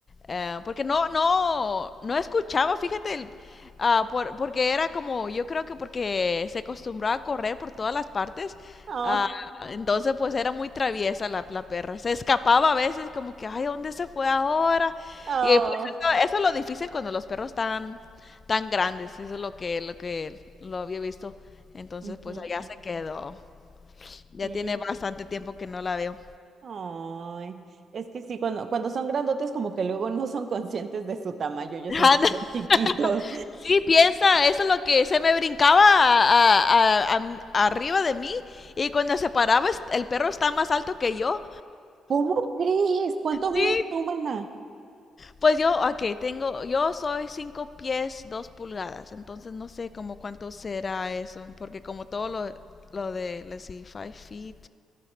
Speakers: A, on the left (about 35°); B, on the right (about 50°).
A: eh, porque no, no, no escuchaba, fíjate, el- ah, por- porque era como, yo creo que porque se acostumbraba a correr por todas las partes,
B: Oh,
A: ah, entonces pues era muy traviesa la, la perra, se escapaba a veces como que, ay, ¿dónde se fue ahora?
B: oh.
A: Y pues, eso, eso es lo difícil cuando los perros están tan grandes, eso es lo que, lo que lo había visto, entonces
B: ujú,
A: pues allá se quedó, ya
B: Sí.
A: tiene bastante tiempo que no la veo.
B: Ay, es que sí, cuando, cuando son grandotes, como que luego no son conscientes de su tamaño, ellos
A: <laughs>
B: se sienten chiquitos.
A: Sí, piensa, eso es lo que se me brincaba a- a- a- a- arriba de mí y cuando se paraba est- el perro está más alto que yo.
B: ¿Cómo crees? ¿Cuánto mide
A: Sí,
B: tu humana?
A: Pues yo, ok, tengo, yo soy cinco pies dos pulgadas, entonces no sé como cuánto será eso, porque como todo lo, lo de, let's see, five feet.